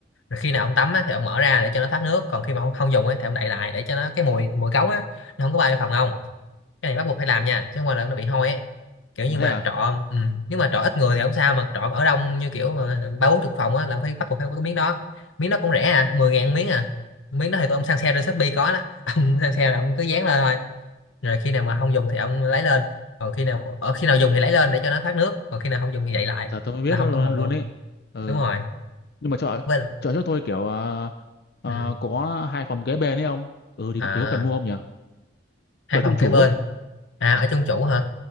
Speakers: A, on the left; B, on the left.
A: rồi khi nào ông tắm á, thì ông mở ra để cho nó thoát nước còn khi mà ông không dùng ấy, thì ông đậy lại để cho nó cái mùi mùi cống á nó không có bay vào phòng ông cái này bắt buộc phải làm nha chứ không qua là nó bị hôi ấy kiểu như
B: ủa thế
A: mà
B: à
A: trọ ừ. nếu mà trọ ít người thì không sao mà trọ ở đông như kiểu mà ba bốn chục phòng á là phải bắt buộc phải có cái miếng đó miếng đó cũng rẻ à mười ngàn miếng à miếng đó thì tụi ông săn sale trên Shopee có đó <laughs> ông săn sale là ông cứ dán lên thôi rồi khi nào mà không dùng thì ông lấy lên còn khi nào ở khi nào dùng thì lấy lên để cho nó thoát nước còn khi nào không dùng thì đậy lại
B: giờ tôi mới biết
A: là không
B: nó luôn
A: có mùi
B: luôn
A: luôn
B: ấy ừ.
A: đúng rồi
B: nhưng mà chọn
A: với
B: chọn cho tôi kiểu à, à,
A: ừ.
B: có hai phòng kế bên ấy không ừ thì,
A: à
B: thì có cần mua không nhỉ
A: hai
B: chọn
A: phòng
B: trung chủ
A: kế bên
B: ấy
A: à ở trong chủ hả